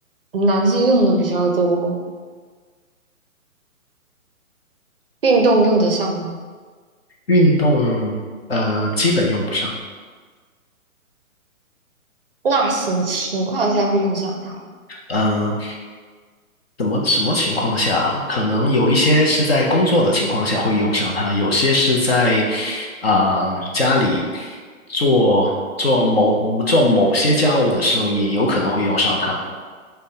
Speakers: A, on the right; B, on the left.
A: 男生用的比较多，运动用得上吗？
B: 运动，呃，基本用不上。
A: 那什么情况下会用上它？
B: 嗯、怎么什么情况下，可能有一些是在工作的情况下会用上它，有些是在啊、家里做做某做某些家务的时候，也有可能会用上它。